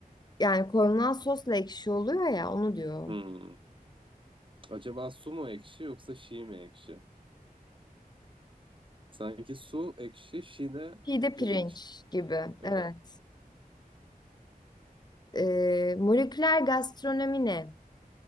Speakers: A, on the left (about 25°); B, on the right (about 35°).
A: yani konulan sosla ekşi oluyor ya onu diyor.
B: Hmm. Acaba su mu ekşi yoksa şi mi ekşi? Sanki su ekşi, şi de
A: Pide
B: pirinç.
A: pirinç gibi.
B: Evet.
A: Evet. Ee, moleküler gastronomi ne?